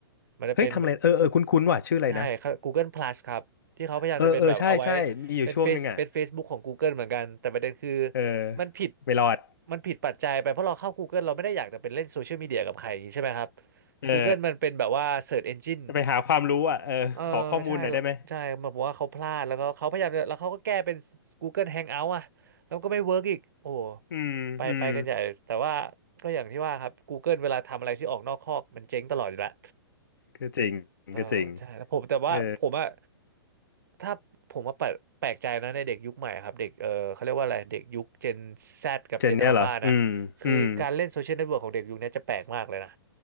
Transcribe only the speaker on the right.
มันจะเป็นแบบ
ใช่ครับ Google Plus ครับ ที่เขาพยายามจะเป็นแบบเอาไว้
เป็นเฟซเป็น Facebook ของ Google เหมือนกัน แต่ประเด็นคือ
มันผิด
มันผิดปัจจัยไป เพราะเราเข้า Google เราไม่ได้อยากจะเป็นเล่นโซเชียลมีเดียกับใครอย่างนี้ใช่ไหมครับ
Google มันเป็นแบบว่า Search Engine
เออใช่แล้วใช่แบบว่าเขาพลาดแล้วก็เขาพยายามจะแล้วเขาก็แก้เป็น Google Hangout อ่ะแล้วก็ไม่เวิร์กอีกโอ้โห
ไปไปกันใหญ่แต่ว่าก็อย่างที่ว่าครับ Google เวลาทำอะไรที่ออกนอกคอกมันเจ๊งตลอดอยู่แล้ว
เออใช่แล้วผมแต่ว่าผมอะ
ถ้าผมว่าแปลกแปลกใจนะในเด็กยุคใหม่ครับเด็กเออเขาเรียกว่าอะไรเด็กยุค Gen Z กับ
Gen Alpha น่ะคือการเล่นโซเชียลเน็ตเวิร์กของเด็กยุคนี้จะแปลกมากเลยนะ